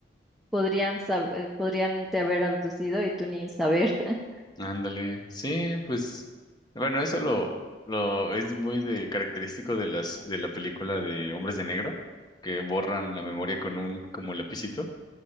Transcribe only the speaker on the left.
Ándale, sí, pues, bueno, eso lo, lo es muy de característico de las de la película de Hombres de Negro, que borran la memoria con un como lapicito,